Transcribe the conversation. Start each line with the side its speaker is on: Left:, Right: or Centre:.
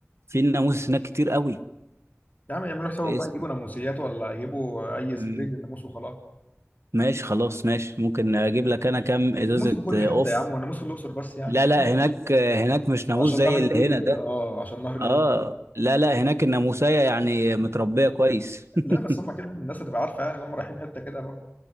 Right: في ناموس هناك كتير قوي
Left: يا عم يعملوا حسابهم
Right: في
Left: بقى
Right: اسنا
Left: يجيبوا ناموسيات ولا يجيبوا اي
Right: مم.
Left: سبراي للناموس وخلاص
Right: ماشي خلاص ماشي ممكن اجيب لك انا كام ازازه
Left: ناموس في كل
Right: آه،
Left: حته
Right: اوف
Left: يا عم وناموس في الاقصر بس يعني
Right: لا لا هناك آه، هناك مش ناموس
Left: عشان
Right: زي
Left: نهر
Right: اللي
Left: النيل
Right: هنا
Left: وكده
Right: ده
Left: اه عشان نهر النيل
Right: اه لا لا هناك الناموسيه يعني متربيه كويس
Left: لا بس
Right: <laughs>
Left: هم كده الناس هتبقى عارفه يعني هم رايحين حته كده برضه